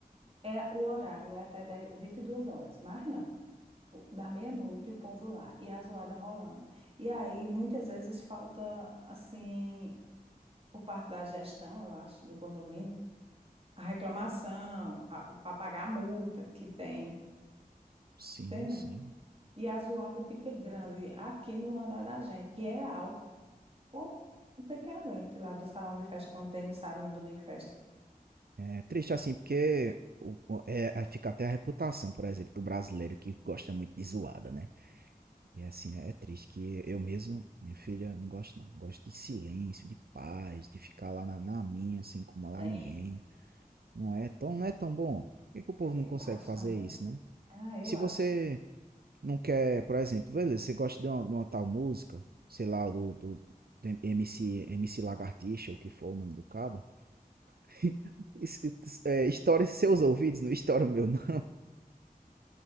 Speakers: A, on the right (about 40°); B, on the right (about 80°).
A: é o horário é até 10, 22 horas, mas não. o- Da meia-noite o povo lá e a zoada rolando. E aí muitas vezes falta assim, por parte da gestão, eu acho, do condomínio, a reclamação, para pagar a multa que tem,
B: Sim,
A: entendeu?
B: sim.
A: E a zoada fica grande aqui no andar da gente, que é alto. Pô, não tem que aguente lá do salão de festa quando tem no sábado, no domingo festa.
B: É triste assim, porque o, o- é, é- fica até a reputação, por exemplo, do brasileiro que gosta muito de zoada, né? E assim, é é triste que eu mesmo, minha filha, não gosto não. Gosto de silêncio, de paz, de ficar lá na, na minha, sem incomodar
A: Tem.
B: ninguém. Não é tão, não é tão bom. Por que que o povo
A: É,
B: não consegue
A: eu acho
B: fazer
A: também.
B: isso, né?
A: Ah, eu
B: Se
A: acho.
B: você não quer, por exemplo, beleza, você gosta de uma, de uma tal música, sei lá, do, do, do MC, MC Lagartixa, ou o que for o nome do cabo <laughs> Isso- É, estoure seus ouvidos, não estoura o meu, não.